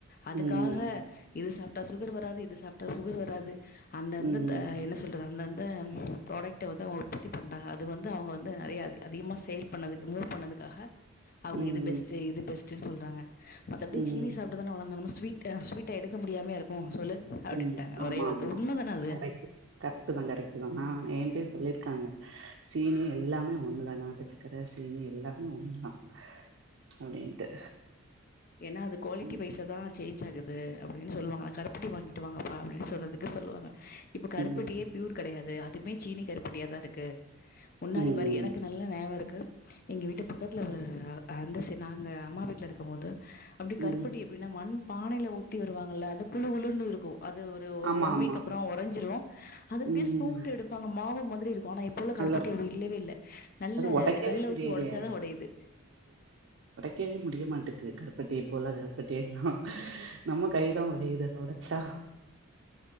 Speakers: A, on the left; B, on the right.
A: அதுக்காக
B: ம்
A: இது சப்ப சுகர் வராது இது சாப்பட்டா சுகர் வராது அந்தந்த
B: ம்
A: என்ன சொல்றது அந்தந்த அந்த ப்ராடெக்ட வந்து அவுங்க உற்பத்தி பண்ணுறாங்க அது வந்து அவுங்க வந்து நறைய அதிக-அதிகமாக செல் பண்ணதுக்கு மூவ் பண்ணதுக்காக அவுங்க
B: ம்
A: இது பெஸ்ட்-இது பெஸ்ட் சொல்றாங்க மத்தபடி
B: ம்
A: சீனிஸ் வளர் நம்ம ஸ்வீட் ஸ்வீட்ட எடுக்க முடியாம இருக்கும் சொல்லு அப்டின்ட்டாங்க
B: ம் ஆமா
A: ஒரே வார்த்த
B: ஆமா
A: உண்ம தான அது
B: கரெக்ட் கரெக்ட் தான் கரெக்ட் தான்நான ஏன் சொல்லிருக்காங்க சீனி எல்லாமே ஒண்ணுதான் நாட்டுச்சக்கர சீனி எல்லாமே ஒண்ணுதான் அப்டின்ட்டு
A: ஏன்னா அது குவாலிட்டி
B: ம்
A: வைச தான் சேஞ்ச் ஆகுது அது அப்டின்னு சொல்லாங்க நான கருப்பட்டி வாங்கிட்டு வாங்கப்பா அப்டின்னு சொன்னதுக்கு சொல்லுவாங்க இப்போ கருப்பட்டியே
B: ம்
A: பியூர் கெடையாது அது அதுவுமே சீனி கருப்பட்டியாக தான் இருக்கு முன்னாடி
B: ம்
A: பாறி எனக்கு நல்ல நேம் இருக்கு எங்க வீட்டு பக்கத்துல ஒரு அந்தச நாங்க அம்மா வீட்டல இருக்கும் போது அப்டி கருப்பட்டி
B: ம்
A: எப்டின்னா மண் பானையில் ஊற்றி வருவாங்கள்ல அது குழு குளுர்ன்னு இருக்கும் அது ஒரு ஒரு
B: ஆமா
A: ஒன்
B: ஆமா
A: வீக் அப்பறம் உரைஞ்சிர அதுப்டியே
B: ம்
A: <inaudible> எடுப்பாங்க மாவுத போனா இப்ப உள்ள கருற்பூட்டி
B: நல்லா இருக்கு
A: அப்டி இல்லவே இல்ல நல்ல
B: ஒடைக்கவே
A: அது கல்ல
B: முடியலையே
A: வச்சு உடைச்சாதான் உடையுது
B: இருக்கவே முடிய மாட்டேக்குது கருப்பட்டி போல கருப்பட்டி எல்லாம் நம்ம கைதான் உடையுத தொடச்சா